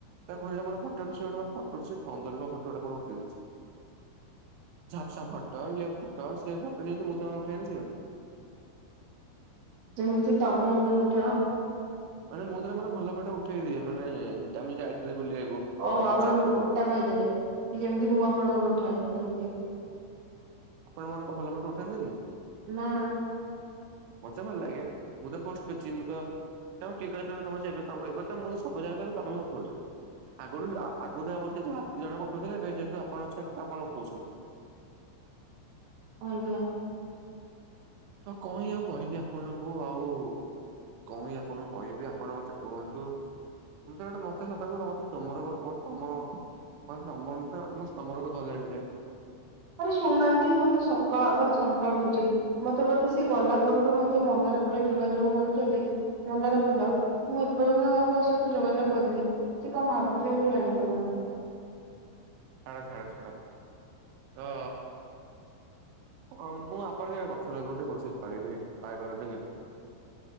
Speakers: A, on the right; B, on the right.
A: ତାକୁ କହିଲି ଟା ମୋର ଫଟ ଉଠା, ସେ ଗୋଟେ ମୋ ଫୋଟରୁ ସେ ପନ୍ଦରଟା ଫଟୋ ମୋର ଉଠେଇଛି। ଝାପ୍ସା ଫଟ୍, ଇଏ ଫଟ୍, ସିଏ ଫଟ୍, ଯେମିତି ମୁଁ ତମର ଉଠାଏନି ସେମେ
B: ଯେମିତି ତମେ ମୋର ଉଠାଅ!
A: ମାନେ, ମୁଁ ତମର ଭଲ ଫଟ ଉଠେଇ ଦିଏ। ମାନେ ଆମେ ଯାଇଥିଲେ ବୁଲିବାକୁ।
B: ଓହୋ!
A: ରଜରେ।
B: ଆପଣ ଉଲ୍ଟା କହିଦେଲେ, କି ଯେମିତି ମୁଁ ଆପଣଙ୍କର ଉଠାଏ, ସେମତି।
A: ଆପଣ ମୋର ଏକ ଭଲ ଫଟ ଉଠାନ୍ତିନି?
B: ନାଁ।
A: ମତେ ଭଲ ଲାଗେ। ମୁଁ ତ ପୋଷ୍ଟ କରଛି। ମୁଁ ତ ତମ କିଏ କହିଲା। କହିଲା ତମ ଯେ ଏବେ ତ ଏବେ ତ ମୁଁ ସବ ଜାଗ ତ ତମେ ହିଁ ଉଠଉଛ? ଆଗରୁ ଆଗରୁ ଆମର ସେ ଯେ ହାତୀ ଜଣକ ଉଠଉଥିଲେ, ଏବେ ଯେହେତୁ ଆପଣ ଅଛନ୍ତି ତ ଆପଣ ଉଠଉଛନ୍ତି।
B: ଆଜ୍ଞା।
A: ତ କଁ ହି ଆଉ କହିବି ଆପଣଙ୍କୁ ଆଉ କଁ ହିଁ ଆପଣଙ୍କୁ କହିବି, ଆପଣ ମତେ କୁହନ୍ତୁ? ମତେ ଗୋଟେ ମତେ ସତ <unintelligible> ମତେ ତମର ଗ ତମ ହ ତମମ୍ ତ ମତେ ତମ ରୋଗ ଧାଇଲାଣିରେ।
B: ଆରେ ଶୁଣୁନାହାଁନ୍ତି? ମତେ ସକା ମାନେ ସକାଳୁ କହୁଚି। ମତେ ବୋଧେ ସେ ଗଲାପରଠୁ, ମତେ ମନ୍ଦାର ଫୁଲ ଯୋଗାଯୋଗ କରୁଛନ୍ତି। ମନ୍ଦାର ଫୁଲ, ମୁଁ ଏପର୍ଯ୍ୟନ୍ତ ତାଙ୍କ ସହିତ ଯୋଗାଯୋଗ କରିନି। ସେ କଣ ଭାବୁଥିବେ ମୁଁ ଜାଣିପାରୁନାହିଁ।
A: ଛାଡ଼ ଛାଡ଼ ଛାଡ଼ ତ ହଁ ମୁଁ ଆପରେ ଯ ଅଛୁ ନା ଯୋଉଠି କୋସିସ କରିବି ଟ୍ରାଏ କର ଟିକେ